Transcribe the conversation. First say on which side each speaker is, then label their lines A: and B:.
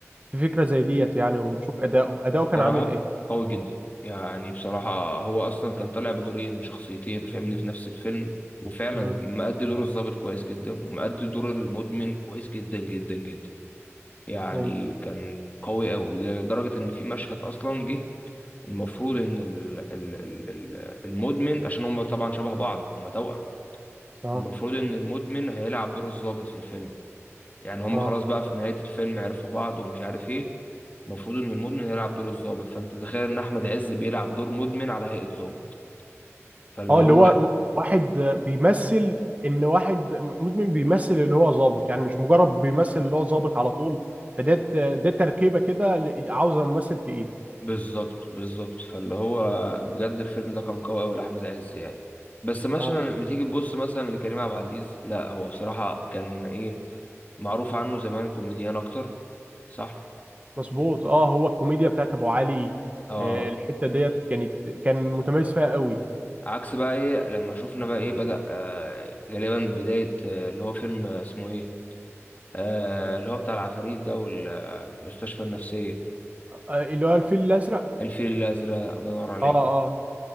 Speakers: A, on the right; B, on the left.
A: في فكره زي ديت يعني وتشوف اداؤه اداؤه كان
B: فبصراحه
A: عامل ايه
B: قوي جدا يعني بصراحه هو اصلا كان طالع بدورين بشخصيتين فاهمني في نفس الفيلم وفعلا
A: امم
B: مأدي دور الضابط كويس جدا ومأدي دور المدمن كويس جدا جدا جدا يعني
A: ايوه
B: كان قوي قوي لدرجه ان في مشهد اصلا جه المفروض ان ال ال ال ال المدمن عشان هم طبعا شبه بعض هم توأم
A: اه
B: المفروض ان المدمن هيلعب دور الضابط في الفيلم يعني هم
A: اه
B: خلاص بقى في نهاية الفيلم عرفوا بعض ومش عارف ايه المفروض ان المدمن هيلعب دور الضابط فانت تخيل ان احمد عز بيلعب دور مدمن على هيئة ضابط فاللي
A: اه
B: هو
A: اللي هو و- واحد بيمثل ان واحد مدمن بيمثل اللي هو ظابط يعني مش مجرد بيمثل اللي هو ظابط على طول فده ده تركيبه كده ل- عاوزه ممثل تقيل
B: بالظبط بالظبط فاللي هو بجد الفيلم ده كان قوي قوي لاحمد عز يعني بس مثلا
A: اه
B: لما تيجي تبص مثلا لكريم عبد العزيز لا هو بصراحة كان ايه معروف عنه زمان كوميديان اكتر صح
A: مظبوط اه هو الكوميديا بتاعت ابو علي
B: اه
A: آه، الحته ديت كانت كان متميز فيها قوي
B: عكس بقى ايه لما شفنا بقى ايه بدأ آه غالبا بداية آه اللي هو فيلم آه، اسمه ايه آه اللي هو بتاع العفاريت ده والمستشفى النفسية
A: آه، اللي هو الفيل الازرق
B: الفيل الأزرق الله ينور عليك
A: اه اه